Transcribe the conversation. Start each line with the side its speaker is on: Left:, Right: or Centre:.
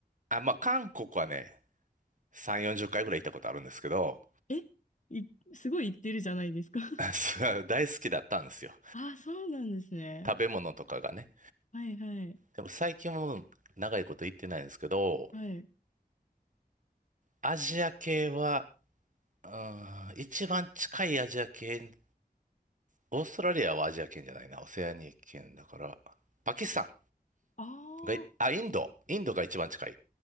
Right: あ、まあ、韓国はね、3、40回ぐらい行ったことあるんですけど、
Left: えい、すごい行ってるじゃないですか。<laughs>
Right: <laughs> そう大好きだったんですよ。
Left: あ、そうなんですね。
Right: 食べ物とかがね。
Left: はいはい。
Right: でも最近も長いこと行ってないんですけど、
Left: はい。
Right: アジア系は、うーん、一番近いアジア圏、オーストラリアはアジア圏じゃないな、オセアニア圏だから、パキスタン。
Left: ああ、
Right: が、
Left: は
Right: あ、インド。インドが一番近い